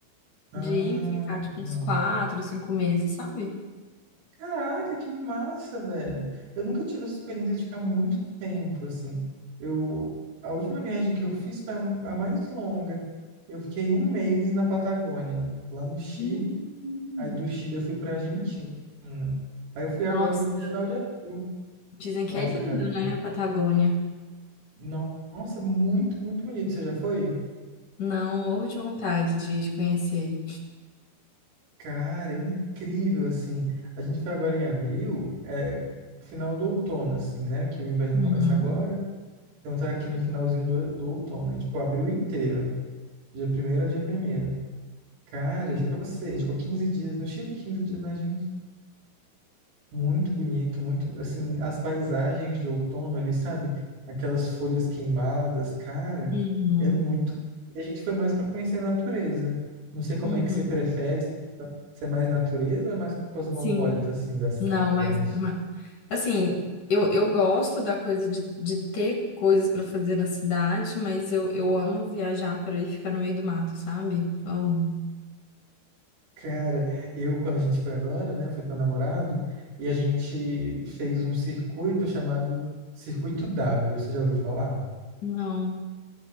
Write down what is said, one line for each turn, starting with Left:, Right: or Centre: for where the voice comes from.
Right: Ah,
Left: De ir ficar tipo
Right: hum.
Left: uns quatro, cinco meses, sabe?
Right: Caraca, que massa, velho. Eu nunca tive essa experiência de ficar muito tempo, assim. Eu, a última viagem que eu fiz foi a, a mais longa. Eu fiquei um mês na Patagônia, lá no Chile.
Left: Hum,
Right: Aí do Chile eu fui pra Argentina. Aí eu fui
Left: nossa,
Right: agora no final de abril.
Left: dizem que
Right: Nossa,
Left: é lindo,
Right: cara.
Left: né, a Patagônia.
Right: no- Nossa, muito, muito bonito. Você já foi?
Left: Não, morro de vontade de, de conhecer.
Right: Cara, é incrível, assim. A gente foi agora em abril, é, final do outono, assim, né? Que o inverno
Left: Uhum,
Right: começa agora. Então tá aqui no finalzinho do, do outono. A gente ficou abril inteiro. Dia primeiro º ao dia primeiro º Cara, juro pra você, a gente ficou 15 dias no Chile e 15 dias na Argentina. Muito bonito, muito, assim, as paisagens de outono ali, sabe? Aquelas folhas queimadas, cara,
Left: uhum,
Right: é muito. E a gente foi mais pra conhecer a natureza. Não sei como
Left: uhum.
Right: é que você prefere, se se é mais natureza ou é mais cosmopolita,
Left: Sim,
Right: assim, da cidade
Left: não, mas,
Right: grande?
Left: ma- assim, eu, eu gosto da coisa de, de ter coisas para fazer na cidade, mas eu, eu amo viajar para ir ficar no meio do mato, sabe? Amo.
Right: Cara, eu, quando a gente foi agora, né, fui com meu namorado e a gente fez um circuito chamado Circuito W. Você já ouviu falar?
Left: Não,